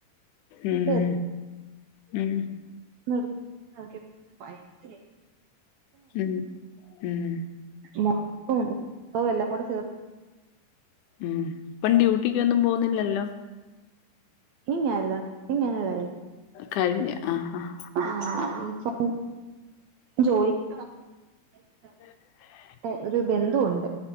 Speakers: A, on the left; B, on the right.
A: ഉം
B: കറി വെച്ചിട്ട്.
A: ഉം
B: <inaudible>
A: മ്മ് മ്മ്
B: മൊളകും <inaudible> എല്ലാം കൂടെ ചേർ
A: മ്മ് ഇപ്പം ഡ്യൂട്ടിക്കൊന്നും പോന്നിലല്ലോ
B: <unintelligible>
A: കഴിഞ്ഞ് ആഹ് ആഹ്
B: <unintelligible> ജോലിക്ക്
A: <inaudible>
B: <inaudible> ഏഹ് ഒരു ബന്ധുവോണ്ട്